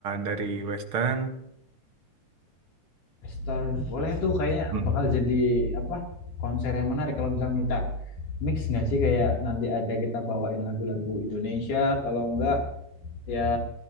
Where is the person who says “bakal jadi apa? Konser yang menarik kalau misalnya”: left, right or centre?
Left